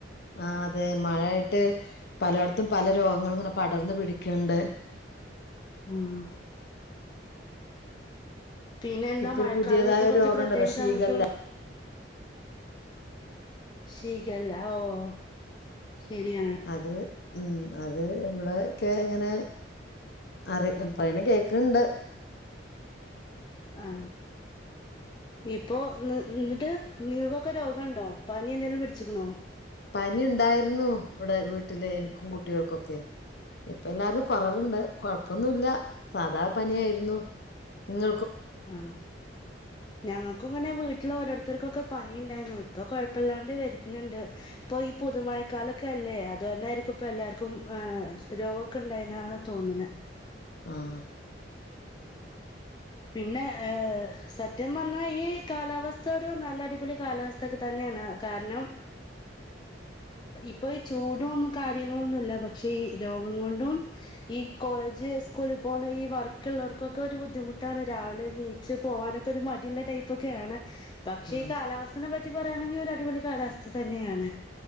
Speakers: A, on the left; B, on the left.
A: ആ അതെ മഴയായിട്ട് പലേടത്തും പല രോഗങ്ങളും ഇങ്ങനെ പടർന്നു പിടിക്കണ്ട്
B: ആഹ് പിന്നെന്താ
A: ഇപ്പൊ
B: മഴക്കാലത്തേക്കുറിച്ച്
A: ഒരു പുതിയതായ ഒരു രോഗം
B: പ്രത്യേകിച്ച്
A: ഇണ്ടല്ലോ ഷീഗല്ല
B: ഞങ്ങക്ക് ഷിഗല്ല ഓ ഓ ശരിയാണ്
A: അത് ഉം അത് ഇവിടേക്കെ ഇങ്ങനെ അറി പറയണ കേക്കണണ്ട്
B: ആ ഇപ്പൊ ന് ന്നിട്ട് നിങ്ങക്കൊക്കെ രോഗണ്ടോ പനി എന്തേലും പിടിച്ച്ക്കണോ?
A: പനിയിണ്ടായിരുന്നു ഇവിടെ വീട്ടില് എനിക്കും കുട്ടികൾക്കൊക്കെ എല്ലാരതും കൊറവുണ്ട് കൊഴപ്പൊന്നുല്ല സാധാ പനിയായിരുന്നു നിങ്ങ
B: ആഹ് ഞങ്ങക്കും ഇങ്ങനെ വീട്ടിലോരോരുത്തർക്കൊക്കെ പനിണ്ടായ്ന്നു ഇപ്പൊ കൊഴപ്പല്ലാണ്ട് വരുന്ന്ണ്ട് ഇപ്പൊ ഈ പുത് മഴ കാലൊക്കല്ലേ അതുകൊണ്ടായിരിക്കും ഇപ്പ എല്ലാർക്കും രോഗവൊക്കെ ഇണ്ടായിന്നാ തോന്ന്ണേ
A: ആഹ്
B: പിന്നെ സത്യം പറഞ്ഞാ ഈ കാലാവസ്ഥ ഒരു നല്ല അടിപൊളി കാലാവസ്ഥ ഒക്കെത്തന്നെണ് കാര്ണം ഇപ്പ ഈ ചൂടു ഒന്നു കാര്യങ്ങളൊന്നുല്ല പക്ഷെ ഈ രോഗം കൊണ്ടും ഈ കോളേജ് സ്കൂളി പോണ ഈ വർക്ക്ള്ളവർക്ക്ള്ളോർക്കൊക്കെ ഒരു ബുദ്ധിമു റ്റാണ് രാവിലെ ണീച്ച് പോവാനൊക്കെ ഒരു മടിയുള്ള ടൈപ്പൊക്കെയാണ് പക്ഷെ
A: ആ
B: ഈ കാലാവസ്ഥനെ പറ്റി ക്കി പറയാണെങ്കി ഒരടിപൊളി കാലാവസ്ഥതന്നെയാണ്